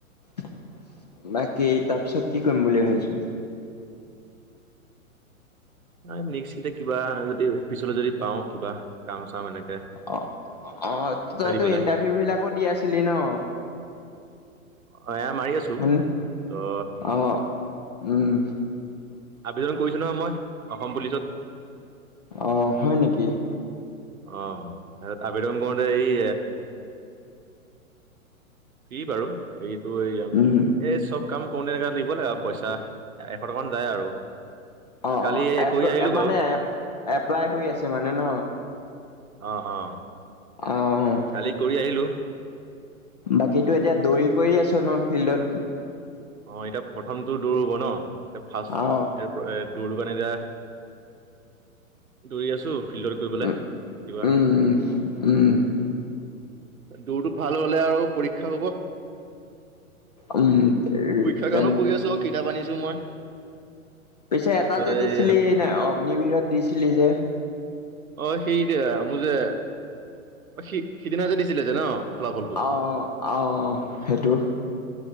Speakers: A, on the left; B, on the right.
A: বাকী তাৰপিছত কি কৰিম বুলি ভাবিছ?
B: নাই এতিয়া কিবা যদি পিছলৈ যদি পাওঁ কিবা কাম চাম এনেক।
A: অ অ, তইতো
B: পেলাই
A: ইণ্টাৰভিউ বিলাকো দি আছিলি ন?
B: অঁ, এয়া মাৰি আছোঁ
A: হয়নে?
B: ত।
A: অ', উম,
B: আবেদন কৰিছো নহয় মই অসম পুলিচত।
A: আহ হয় নেকি?
B: অ, আবেদন কৰোতে এই। ফ্ৰী বাৰু এইটো এই এই
A: উম,
B: চব। কাম কৰো তেনেকে দিব লাগে আৰু পইচা এশ টকা মান যায় আৰু।
A: অ
B: কালি
A: অ, এপটো
B: কৰি আহিলো
A: এপ মানে
B: বাৰু
A: এপ্লাই হৈ আছে মানে ন।
B: অ অ
A: অ',
B: কালি কৰি আহিলোঁ।
A: বাকীতো এতিয়া দৌৰি কৰি আছো ন ফিল্ডত।
B: অ, এতিয়া প্ৰথমটো দৌৰ হব ন এইটো ফাৰ্ষ্ট।
A: অ',
B: দৌৰ কাৰণে এতিয়া দৌৰি আছো। ফিল্ডত গৈ পেলাই
A: উম,
B: ৰাতিপুৱা
A: উম,
B: দৌৰটো ভাল হলে আৰু পৰীক্ষা হব।
A: উম,
B: পৰীক্ষাৰ কাৰণো
A: উম,
B: পঢ়ি আছোঁ অ কিতাপ আনিছোঁ মই।
A: পিছে এটা
B: তাৰপিছত
A: যে দিছিলি
B: এই
A: ন অগ্নিবিৰত দিছিলি যে।
B: অ সেইতো মোৰ যে, অ সি সিদিনা যে দিছিলে যে ন। ফলাফলটো
A: অহ অহ সেইটো।